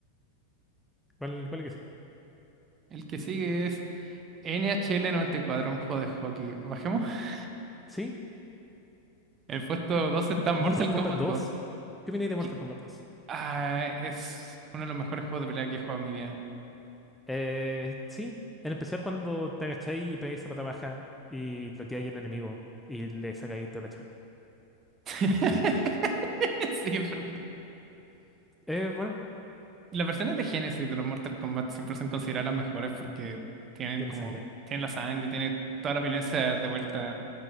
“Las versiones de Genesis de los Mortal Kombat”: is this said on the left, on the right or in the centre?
Right